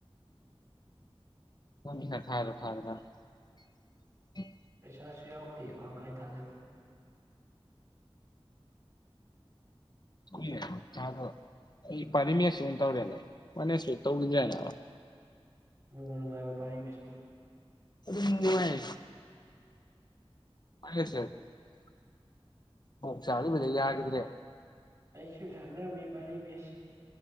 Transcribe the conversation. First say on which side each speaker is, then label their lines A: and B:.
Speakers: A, on the left (about 45°); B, on the right (about 35°).
A: <unintelligible>
B: ꯄꯦꯁꯥꯁꯨ ꯌꯥꯎꯇꯦ ꯀꯃꯥꯏ-ꯀꯃꯥꯏ ꯊꯥꯗꫭꯏꯕ꯫
A: <unintelligible>
B: ꯎꯝ
A: ꯑꯩ ꯄꯥꯔꯤꯃꯦꯁꯁꯤ ꯇꯧꯔꯦꯅ ꯃꯅꯦꯁ ꯍꫭꯏ ꯇꯧꯒꯤꯗ꯭ꯔꯦꯅ
B: ꯅꯨꯡꯕꯨꯅꯨꯡꯉꯥꯏꯕ꯭ꯔ ꫭꯄꯥꯔꯤ ꯃꯦꯁꯄꯨ꯫
A: ꯑꯗꯨꯝ ꯅꯨꯡꯉꯥꯏ꯫ <unintelligible> ꯑꫭꯛ ꯆꯥꯔꯨꯕꯗꯩ ꯌꯥꯒꯤꯗ꯭ꯔꯦ꯫
B: ꯑꯩꯁꯨ ꯁꯥꯟꯅꯔꯝꯃꯤ ꯄꯥꯔꯤ ꯃꯤꯁ